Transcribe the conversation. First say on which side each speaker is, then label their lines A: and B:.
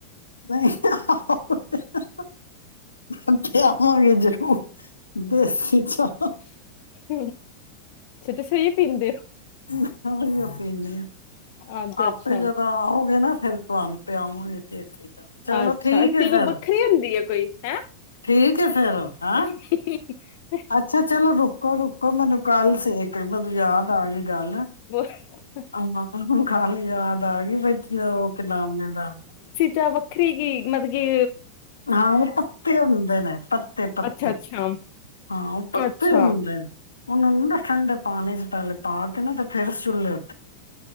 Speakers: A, on the left (about 80°); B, on the left (about 50°).
A: ਹਾ, ਹਾ, ਹ, ਹ। ਹ, ਹ, ਹ ਪੇਆਵਾਂਗੇ ਜਰੂਰ ਦੇਸੀ ਚਾ।
B: <inaudible> ਤੁਸੀਂ ਏਈ ਪੀਂਦੇ ਓ।
A: ਮੈਂ ਉਹੀਓ ਪੀਨੀ ਆ।
B: ਹੋ ਅੱਛਾ
A: ਆਪੇ
B: ਅੱਛਾ।
A: ਜਦੋਂ ਆਓਗੇ ਨਾ, ਫਿਰ ਤੁਹਾਨੂੰ ਪਿਆਉਂਗੀ ਦੇਸੀ ਚਾਹ ਚਲੋ
B: ਅੱਛਾ
A: ਠੀਕ ਏ
B: ਤੇ ਕੋਈ
A: ਫਿਰ
B: ਵੱਖਰੀ ਹੁੰਦੀ ਹੈ ਕੋਈ ਹੈਂ
A: ਠੀਕ। ਹੈ ਫਿਰ
B: <unintelligible>
A: ਹਾਂ ਅੱਛਾ ਚਲੋ ਰੁਕੋ-ਰੁਕੋ ਮੈਨੂੰ ਕਾਲ ਸੇ ਫੇਰ ਮੈਨੂੰ ਯਾਦ ਆ ਗਈ ਗੱਲ।
B: <inaudible>
A: ਆਹ ਹੁਨ ਖਾਲੇ ਯਾਦ ਆਗੀ <unintelligible> ਕੇ ਨਾਮ ਲੈਂਦਾ।
B: ਚਾ ਵੱਖਰੀ ਕੀ ਮਤਕੀ
A: ਹਾਂ, ਉਹ ਪੱਤੇ ਹੁੰਦੇ ਨੇ ਪੱਤੇ-ਪੱਤੇ
B: ਅੱਛਾ ਅੱਛਾ
A: ਹਾਂ, ਉਹ ਪੱਤੇ
B: ਅੱਛਾ
A: ਹੁੰਦੇ ਨੇ ਉਹਨਾ ਨੂੰ ਨਾ ਠੰਡੇ ਪਾਣੀ ਚ ਪਹਿਲੇ ਪਾ ਕੇ ਨਾ ਤੇ ਫੇਰ ਸੁਲੀਓ